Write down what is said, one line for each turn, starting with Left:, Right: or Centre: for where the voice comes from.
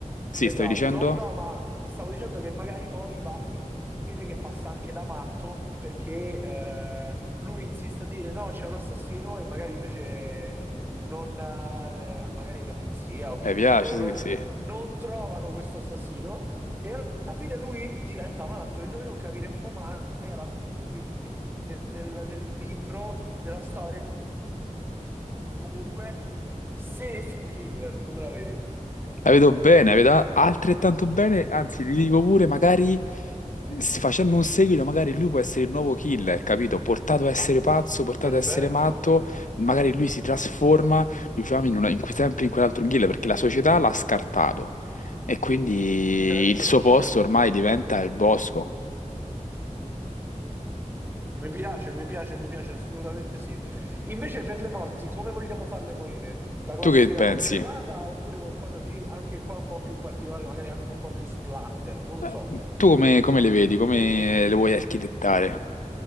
Left: Sì,
Right: Esatto,
Left: stavi dicendo?
Right: no, ma stavo dicendo che magari poi va a finire che passa anche da matto perché eh, lui insiste a dire no, c'è un assassino e magari invece non, eh, magari la polizia o chi
Left: Eh, Mi piace,
Right: per loro
Left: sì, sì.
Right: non trovano questo assassino e alla fine lui diventa matto e noi non capiremo mai alla fine del, del libro, della storia, comunque se è un killer, come la vedi?
Left: La vedo bene, la vedo altrettanto bene, anzi, ti dico pure, magari s- facendo un seguito, magari lui può essere il nuovo killer, capito? Portato a essere pazzo, portato
Right: Perfetto.
Left: a essere matto, magari lui si trasforma, diciamo, in una- in que- sempre in quell'altro killer, perché la società l'ha scartato. E quindi
Right: Certo,
Left: il suo posto
Right: certo.
Left: ormai diventa il bosco.
Right: Mi piace, mi piace, mi piace, assolutamente sì. Invece per le morti, come vogliamo farle morire? La classica
Left: Tu che pensi?
Right: coltellata oppure qualcosa di anche qua un po' più particolare, magari anche un po' più splatter, non lo
Left: Eh,
Right: so.
Left: Tu come, come le vedi? Come le vuoi architettare?